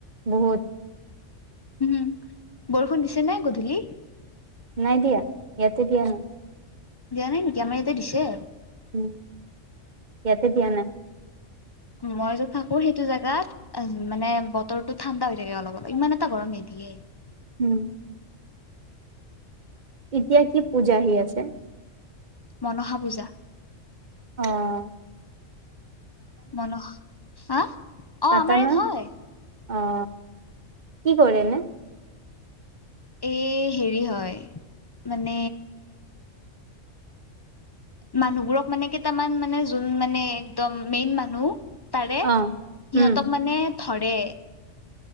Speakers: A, on the right; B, on the left.
A: বহুত।
B: উম বৰষুণ দিছে নাই গধূলি
A: নাই দিয়া ইয়াতে <unintelligible>
B: দিয়া নাই নেকি আমাৰ ইয়াতে দিছে
A: উম এয়াতে দিয়া নাই
B: মই যে থাকো সেইটো জোগাত অ মানে বতৰটো ঠাণ্ডা হৈ থাকে অলপ অলপ ইমান এটা গৰম নিদিয়ে <unintelligible>
A: উম এতিয়া কি পূজা আহি আছে
B: মনসা পূজা
A: অঁ
B: মন হা অ
A: পাতানা
B: আমাৰ ইয়াত হয়
A: অ কি কৰেনে
B: এ হেৰি হয় মানে মানুহবোৰক মানে কেইটামান মানে যোন মানে একদম মেইন মানুহ তাৰে
A: অ
B: সিহঁতক
A: উম
B: মানে ধৰে